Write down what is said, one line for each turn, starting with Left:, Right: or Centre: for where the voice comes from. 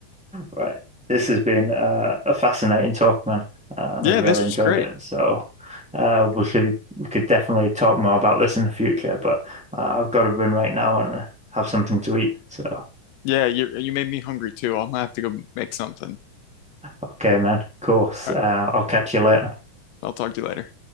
Centre: Right. This has been uh, a fascinating talk, man, uh, and
Left: Yeah,
Centre: I've really
Left: this was
Centre: enjoyed
Left: great.
Centre: it. So uh, we should we could definitely talk more about this in the future, but uh, I've got to run right now and uh, have something to eat. So
Left: Yeah, you you made me hungry too. I'm gonna have to go make something.
Centre: okay, man. Of course.
Left: All
Centre: Uh,
Left: right,
Centre: I'll catch you later.
Left: I'll talk to you later.